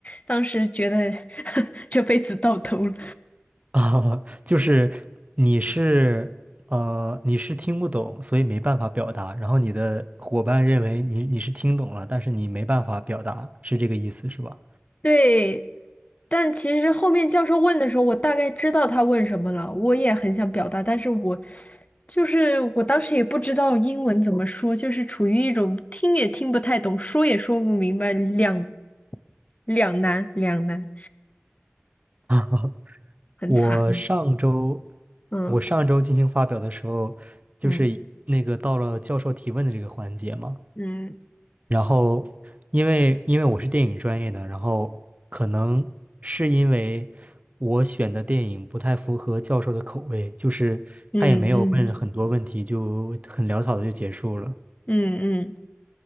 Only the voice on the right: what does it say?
啊，就是你是呃你是听不懂，所以没办法表达，然后你的伙伴认为你你是听懂了，但是你没办法表达，是这个意思是吧？
<laughs> 啊，
我上周
我上周进行发表的时候，就是那个到了教授提问的这个环节嘛。
然后，因为因为我是电影专业的，然后可能是因为我选的电影不太符合教授的口味，就是他也没有问很多问题，
就很潦草的就结束了。